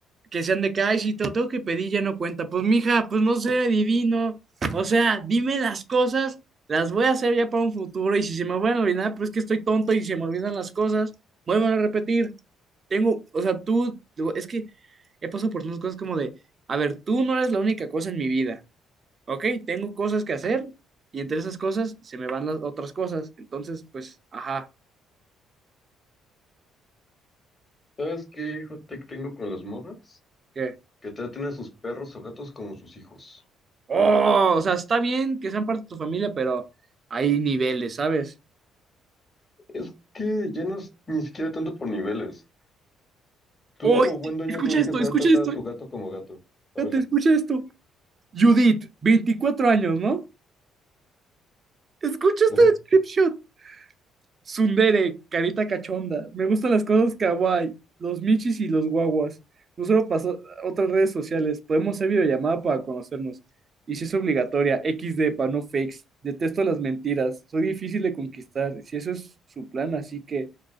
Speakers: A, on the right (about 45°); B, on the left (about 30°).
A: que sean de que, ay, si te lo tengo que pedir, ya no cuenta. Pues, mija, pues no sé, divino. O sea, dime las cosas, las voy a hacer ya para un futuro. Y si se me van a olvidar, pues es que estoy tonto y se me olvidan las cosas, vuelvan a repetir. Tengo, o sea, tú, digo, es que he pasado por unas cosas como de, a ver, tú no eres la única cosa en mi vida, ¿ok? Tengo cosas que hacer y entre esas cosas se me van las otras cosas. Entonces, pues, ajá,
B: ¿Sabes qué hot take tengo con las morras?
A: ¿qué?
B: Que traten a sus perros o gatos como sus hijos.
A: Oh, o sea, está bien que sean parte de tu familia, pero hay niveles, ¿sabes?
B: Es que ya no es ni siquiera tanto por niveles. Tú
A: ¡Oh!
B: como buen dueño
A: Escucha
B: tienes
A: esto,
B: que saber
A: escucha
B: tratar
A: esto.
B: a tu gato como gato. A
A: espérate,
B: ver.
A: escucha esto. Judith, 24 años, ¿no? Escucha esta
B: <laughs> Ajá.
A: descripción. Tsundere, carita cachonda. Me gustan las cosas kawaii, los michis y los guaguas. No solo pasó otras redes sociales. Podemos hacer videollamada para conocernos. Y si es obligatoria, equis de para no fakes. Detesto las mentiras. Soy difícil de conquistar. Si eso es su plan, así que.